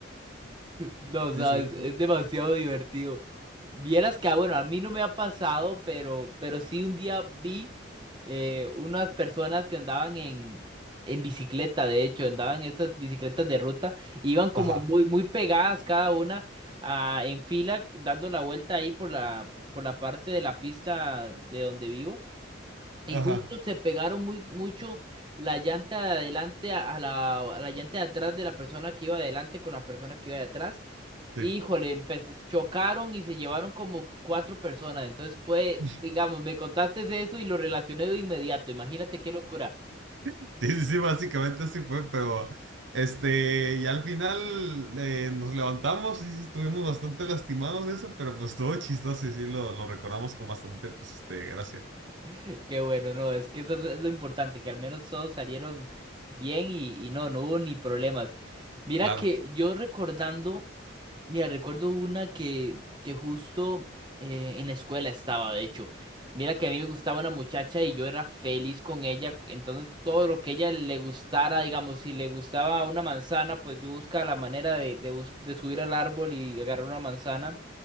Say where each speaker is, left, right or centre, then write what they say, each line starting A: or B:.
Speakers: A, on the right (about 70°); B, on the right (about 25°).
A: <laughs>
B: No sabes,
A: Dice.
B: es demasiado divertido. Vieras que, ah, bueno, a mí no me ha pasado, pero, pero sí un día vi eh, unas personas que andaban en, en bicicleta, de hecho, andaban en estas bicicletas de ruta, iban como
A: Ajá,
B: muy, muy pegadas cada una ah, en fila, dando la vuelta ahí por la, por la parte de la pista de donde vivo. Y
A: ajá.
B: justo se pegaron muy mucho la llanta de adelante a a la, a la llanta de atrás de la persona que iba adelante con la persona que iba de atrás.
A: Sí.
B: Híjole, empe- chocaron y se llevaron como cuatro personas. Entonces fue,
A: <laughs>
B: digamos, me contaste eso y lo relacioné de inmediato. Imagínate qué locura.
A: Sí, sí, sí, básicamente así fue, pero este, y al final eh, nos levantamos y sí, estuvimos bastante lastimados de eso, pero pues todo chistoso y sí lo, lo recordamos con bastante, pues, este, gracia.
B: <laughs> Qué bueno, no, es que eso es lo importante, que al menos todos salieron bien y, y no, no hubo ni problemas. Mira
A: Claro.
B: que yo recordando. Mira, recuerdo una que, que justo eh, en la escuela estaba, de hecho. Mira que a mí me gustaba una muchacha y yo era feliz con ella. Entonces todo lo que ella le gustara, digamos, si le gustaba una manzana, pues yo buscaba la manera de, de, bus- de subir al árbol y agarrar una manzana.